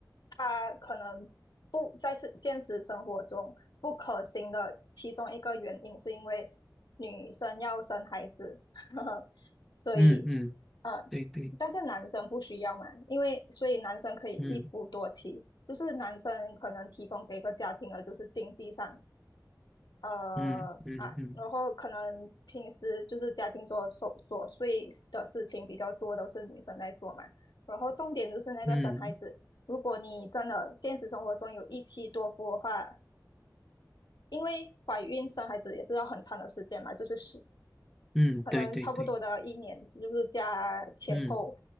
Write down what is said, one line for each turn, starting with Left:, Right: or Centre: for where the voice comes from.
Left: 他可能不在是现实生活中不可行的其中一个原因，是因为女生要生孩子，<laughs> 所以
Centre: 嗯嗯，
Left: 呃，
Centre: 对对，
Left: 但是男生不需要嘛，因为所以男生可以一夫多妻，
Centre: 嗯
Left: 就是男生可能提供给一个家庭的就是经济上，呃啊，
Centre: 嗯嗯嗯
Left: 然后可能平时就是家庭琐琐琐碎的事情比较多，都是女生在做嘛。然后重点就是那个生孩子，
Centre: 嗯
Left: 如果你真的现实生活中有一妻多夫的话，因为怀孕生孩子也是要很长的时间嘛，就是是
Centre: 嗯，
Left: 可能差不多的一年，
Centre: 对对对，
Left: 就是加前后，
Centre: 嗯。